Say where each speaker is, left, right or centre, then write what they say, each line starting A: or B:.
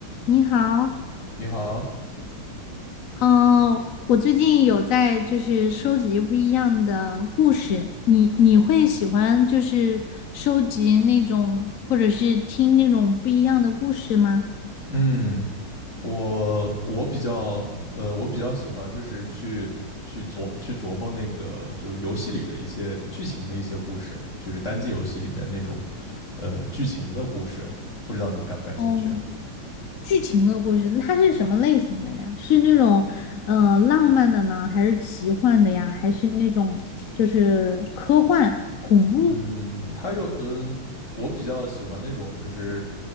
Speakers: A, on the left (about 60°); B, on the left (about 35°).
A: 你好，
B: 你好，
A: 嗯、我最近有在就是收集不一样的故事，你你会喜欢就是收集那种或者是听那种不一样的故事吗？
B: 嗯，我我比较呃，我比较喜欢就是去去琢去琢磨那个就游戏里的一些剧情的一些故事，就是单机游戏里面那种呃剧情的故事，不知道你感不感兴趣啊？
A: 嗯，剧情的故事，那它是什么类型的呀？是那种呃浪漫的呢，还是奇幻的呀？还是那种就是科幻恐怖？
B: 嗯，它有嗯，我比较喜欢那种就是